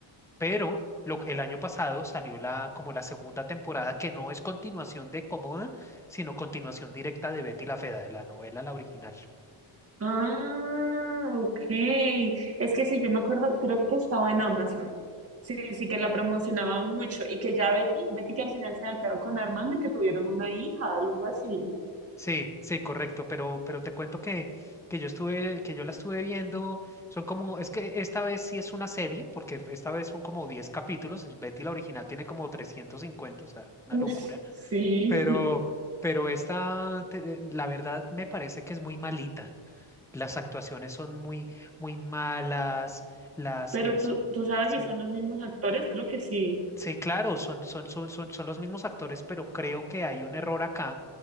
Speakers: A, in the centre; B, on the right.
A: Pero lo, el año pasado salió la, como la segunda temporada, que no es continuación de Comoda, sino continuación directa de Betty la Fea, de la novela, la original.
B: Ah, ok. Es que sí, yo me acuerdo, creo que estaba en Amazon. Sí, sí, que la promocionaban mucho y que ya Betty, Betty que al final se había quedado con Armando y que tuvieron una hija, algo así.
A: Sí, sí, correcto, pero, pero te cuento que, que yo estuve, que yo la estuve viendo, son como, es que esta vez sí es una serie, porque esta vez son como 10 capítulos, el Betty la original tiene como trescientos cincuenta o sea, una
B: Uf,
A: locura,
B: sí.
A: pero,
B: <laughs>
A: pero esta, te- la verdad me parece que es muy malita, Las actuaciones son muy, muy malas, las,
B: Pero
A: eh,
B: tú,
A: son-
B: tú sabes
A: sí,
B: si son los mismos actores, creo que sí.
A: sí, claro, son, son, son, son, son los mismos actores, pero creo que hay un error acá,